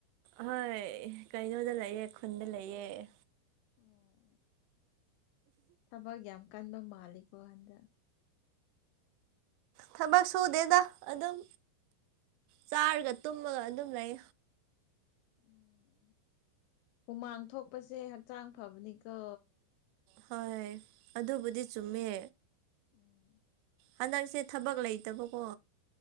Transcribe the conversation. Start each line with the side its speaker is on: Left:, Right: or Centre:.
Right: ꯍꯣꯏ ꯀꯩꯅꯣꯗ ꯂꯩꯑꯦ ꯈꯨꯟꯗ ꯂꯩꯌꯦꯦ
Left: ꯑꯣ ꯊꯕꯛ ꯌꯥꯝ ꯀꯟꯕ ꯃꯥꯜꯂꯤꯀꯣ ꯍꯟꯗꯛ
Right: ꯊꯕꯛ ꯁꯨꯗꯦꯗ ꯑꯗꯨꯝ ꯆꯥꯔꯒ ꯇꯨꯝꯃꯒ ꯑꯗꯨꯝ ꯂꯩ
Left: ꯎꯝ ꯍꯨꯃꯥꯡ ꯊꯣꯛꯄꯁꯦ ꯍꯛꯆꯥꯡ ꯐꯕꯅꯤꯀꯣ
Right: ꯍꯣꯏ ꯑꯗꯨꯕꯨꯗꯤ ꯆꯨꯝꯃꯦ
Left: ꯎꯝ
Right: ꯍꯟꯗꯛꯁꯦ ꯊꯕꯛ ꯂꯩꯇꯕꯀꯣ